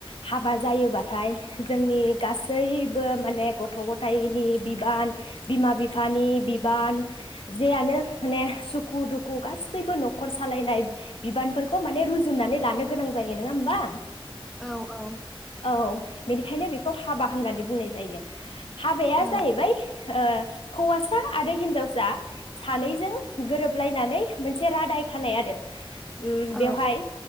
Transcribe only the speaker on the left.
हाब बा जायोबाथाय जोंनि गासैबो माने गथ गथायाइनि बिबान बिमा बिफानि बिबान जेयानो माने सुखु दुखु गासैबो नखर सालायनाय बिबानफोरखौ माने रुजुननानै लानो गोनां जायो नङा होमबा?
औ बेनिखायनो बेखौ हाबा होननानै बुंनाय जायो हाबाया
जाहैबाय हौवासा आरो हिनजावसा सानैजों गोरोबलायनानै मोनसे रादाय खानाय आरो। उम
बेवहाय